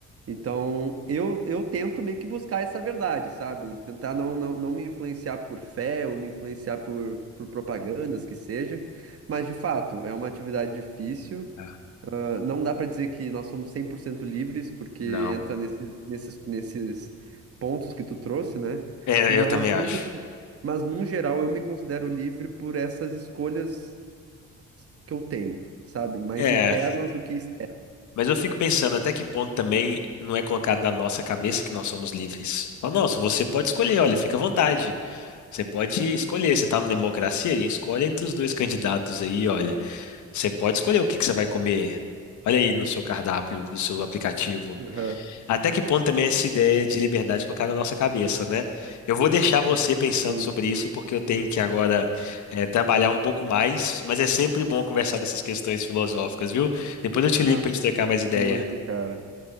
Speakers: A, on the right; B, on the left.
A: Então, eu, eu tento meio que buscar essa verdade, sabe? Tentar não, não, não me influenciar por fé ou me influenciar por, por propagandas que seja. Mas, de fato, é uma atividade difícil.
B: Ah,
A: Não dá para dizer que nós somos 100% livres, porque
B: Não.
A: entra nesses, nesses, nesses pontos que tu trouxe, né?
B: É,
A: Mas,
B: eu também acho.
A: no, ge- mas, num geral, eu me considero livre por essas escolhas que eu tenho, sabe? Mais
B: É,
A: internas do que externas.
B: mas eu fico pensando até que ponto também não é colocado na nossa cabeça que nós somos livres. Fala, nossa, você pode escolher, olha, fica à vontade. Você pode escolher, você está numa democracia e escolhe entre os dois candidatos aí, olha. Você pode escolher o que que você vai comer. Olha aí no seu cardápio, no seu aplicativo.
A: Aham,
B: Até que ponto também essa ideia de liberdade colocada na nossa cabeça, né? Eu vou deixar você pensando
A: Sim.
B: sobre isso, porque eu tenho que agora eh, trabalhar um pouco mais, mas é sempre bom conversar dessas questões filosóficas, viu? Depois eu te ligo
A: Ah,
B: pra gente trocar mais ideia.
A: muito, cara.